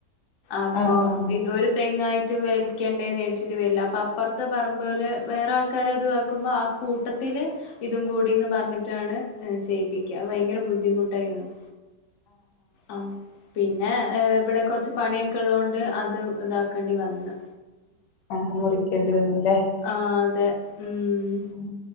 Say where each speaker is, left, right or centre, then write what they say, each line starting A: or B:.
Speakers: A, on the left (about 60°); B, on the left (about 75°).
A: അപ്പൊ
B: ആഹ് ആഹ്
A: ഇത് ഒരു തെങ്ങായി റ്റ് വലിക്കേണ്ടേന്ന് വിചാരിച്ചിട്ട് വരില്ല. അപ്പ അപ്പുറത്തെ പറമ്പില് വേറെ ആൾക്കാരെ അത് ആക്കുമ്പോൾ ആ കൂട്ടത്തില് ഇതും കൂടിന്ന് പറഞ്ഞിട്ടാണ് ചെയ്യിപ്പിക്ക്, അത് ഭയങ്കര ബുദ്ധിമുട്ടായി വന്നു. ആഹ്, പിന്നെ ഇവിടെ കുറച്ച് പണിയൊക്കെ ഉള്ളതുകൊണ്ട് അത് ഇതാക്ക ണ്ടി വന്ന്.
B: ആഹ്, മുറിക്കേണ്ടി വന്നു അല്ലേ.
A: ആഹ് അതെ ഉം.
B: ഉ